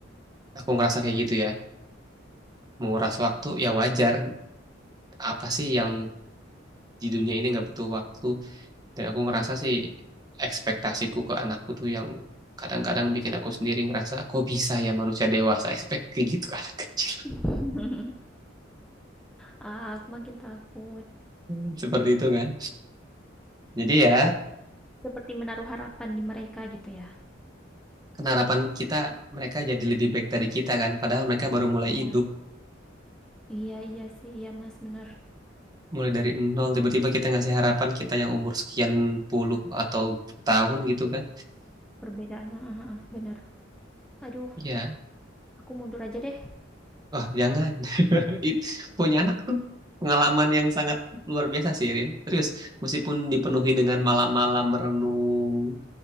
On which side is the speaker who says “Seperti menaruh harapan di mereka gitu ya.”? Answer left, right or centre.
Centre